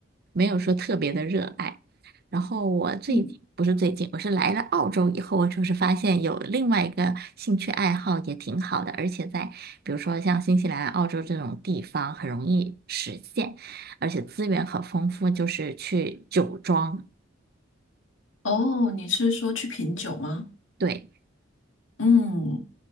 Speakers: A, on the right; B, on the left.
A: 没有说特别的热爱。然后我最近不是最近，
B: 嗯，
A: 我是来了澳洲以后，我就是发现有另外一个兴趣爱好也挺好的，而且在比如说像新西兰、澳洲这种地方很容易实现，而且资源很丰富，就是去酒庄。
B: 哦，你是说去品酒吗？
A: 对。
B: 嗯，